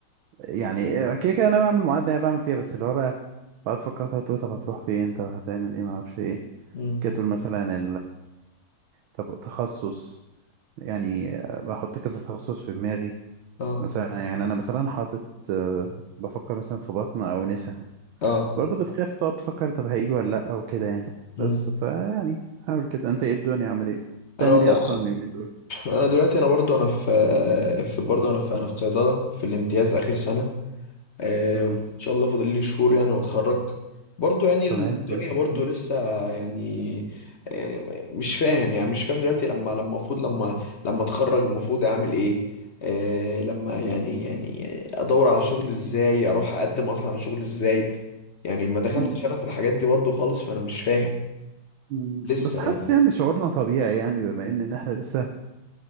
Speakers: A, on the right; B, on the left.
A: يعني آه، كده كده انا بعمل معادله انا بعمل فيها بس اللي هو بقى بقعد افكر طب طب هتروح فين طب هتعمل ايه ما اعرفش ايه
B: امم
A: كده تقول مثلا طب تخصص يعني آه، بحط كذا تخصص في دماغي
B: اه
A: مثلا يعني انا مثلا حاطط آه، بفكر مثلا في بطن او نسا
B: اه
A: بس برضه بتخاف تقعد تفكر طب هيجوا ولا لا او كده يعني بس
B: امم
A: فيعني حاول كده انت ايه الدنيا عامل ايه بتعمل
B: انا والله
A: ايه اصلا اليومين دول
B: انا دلوقتي انا برضو انا في في برضو انا في انا في صيدله في الامتياز اخر سنه آه،
A: امم
B: وف- ان شاء الله فاضل لي شهور يعني واتخرج برضو يعني
A: تمام
B: الدنيا
A: ده.
B: برضو
A: مم.
B: لسه يعني آه، مش فاهم يعني مش فاهم دلوقتي لما لما المفروض لما لما اتخرج المفروض اعمل ايه آه، لما يعني يعني ادور على شغل ازاي اروح اقدم اصلا على شغل ازاي يعني ما دخلتش
A: مم.
B: انا في الحاجات دي برضو خالص فانا مش فاهم
A: مم.
B: لسه
A: بس حاسس
B: يعني
A: يعني شعورنا طبيعي يعني بما ان إن احنا لسه